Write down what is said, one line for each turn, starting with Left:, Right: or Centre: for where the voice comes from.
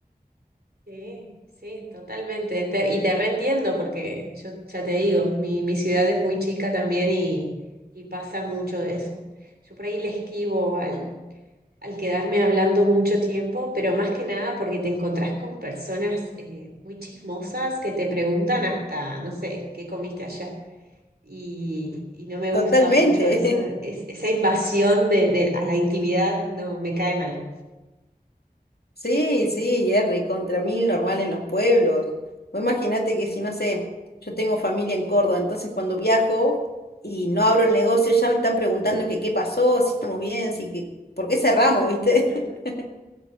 Right: Sí, sí, totalmente. Te- y te reentiendo porque yo ya te digo, mi, mi ciudad es muy chica también y, y pasa mucho de eso. Yo por ahí le esquivo al. al quedarme hablando mucho tiempo, pero más que nada porque te encontrás con personas eh, muy chismosas que te preguntan hasta, no sé, ¿qué comiste ayer? Y, y no me
Left: Totalmente.
Right: gusta mucho esa,
Left: <laughs>
Right: es- esa invasión de, de- a la intimidad, no me cae mal.
Left: Sí, sí, Jerry, contra mil normal en los pueblos. O imagínate que si no sé, yo tengo familia en Córdoba, entonces cuando viajo y no abro el negocio, ya me están preguntando que qué pasó, si estamos bien, si que, ¿por qué cerramos, viste?
Right: <laughs>
Left: <laughs>